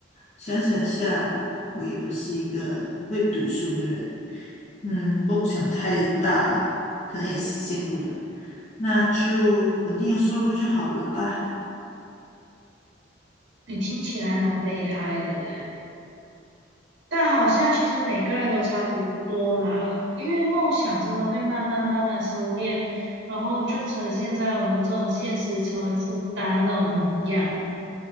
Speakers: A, on the left; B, on the right.
A: 想想下，我也不是一个不会读书的人，嗯，梦想太大，可能也实现不了，那就稳定的收入就好了吧。
B: 你听起来蛮悲哀的嘞。但好像其实每个人都差不多啦，因为梦想真的会慢慢慢慢收敛，然后就呈现在我们这种现实成为负担的那种模样啊。